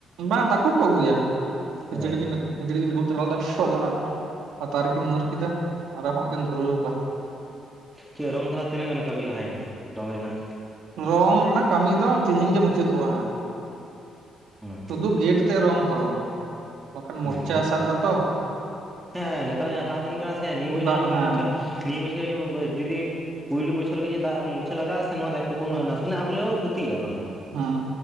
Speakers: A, on the right; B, in the centre.
A: ᱵᱟᱝ ᱫᱟᱠᱚ ᱠᱚ ᱟᱹᱜᱩᱭᱟ ᱠᱷᱟᱹᱡᱲᱤ
B: ᱚ
A: ᱠᱤᱱ ᱠᱷᱤᱡᱲᱤ ᱠᱤᱱ ᱟᱹᱜᱩ ᱛᱟᱨᱟ ᱞᱮᱫᱟ ᱟᱫᱚ ᱚᱱᱟ ᱯᱟᱛᱟ ᱨᱮᱠᱤᱱ ᱢᱟᱨ ᱠᱮᱫᱟ ᱟᱨᱦᱚ ᱦᱚᱭ ᱠᱤᱱ ᱫᱷᱩᱨᱟᱹᱣ ᱠᱟᱱ᱾
B: ᱪᱮᱫ ᱨᱚᱝ ᱫᱷᱟᱨᱟ ᱛᱤᱱᱟᱹᱜ ᱜᱟᱱ ᱠᱟᱹᱢᱤ ᱞᱟᱦᱟᱭᱮᱱᱟ? ᱨᱚᱝ ᱨᱮᱱᱟᱜ?
A: ᱨᱚᱝ ᱨᱮᱱᱟᱜ ᱠᱟᱹᱢᱤ ᱫᱚ ᱛᱤᱦᱤᱧ ᱜᱮ ᱢᱩᱪᱟᱹᱫᱚᱜᱼᱟ᱾
B: <inaudible>
A: ᱥᱩᱫᱷᱩ ᱜᱮᱴ ᱛᱮ ᱨᱚᱝ ᱛᱚ ᱵᱟᱠᱷᱟᱱ
B: ᱟᱪᱪᱷᱟ
A: ᱢᱩᱨᱪᱟ ᱥᱟᱵ ᱫᱟ ᱛᱚ᱾
B: ᱦᱮᱸ ᱱᱮᱛᱟᱨ ᱫᱟᱜ ᱫᱤᱱ ᱠᱟᱱᱟ ᱥᱮ ᱱᱤᱭᱟᱹ <unintelligible>
A: ᱫᱟᱜ ᱦᱮᱸ
B: ᱢᱩᱨᱪᱷᱟ ᱱᱤᱭᱟᱹ ᱵᱚᱪᱷᱚᱨ ᱨᱮ ᱡᱩᱫᱤ ᱯᱩᱭᱞᱩ ᱵᱚᱪᱷᱚᱨ ᱨᱮ ᱜᱮ ᱡᱫᱟᱜ ᱢᱩᱨᱪᱷᱟ ᱞᱟᱜᱟᱜᱼᱟ ᱥᱮ ᱱᱚᱣᱟ ᱴᱩᱠᱩᱱ
A: ᱦᱩᱸ
B: ᱱᱟᱥᱮᱱᱟᱜ ᱦᱚᱞᱮᱣ ᱠᱷᱩᱚᱛᱤᱜᱼᱟ ᱱᱚᱣᱟ ᱫᱚ᱾
A: ᱦᱩᱸ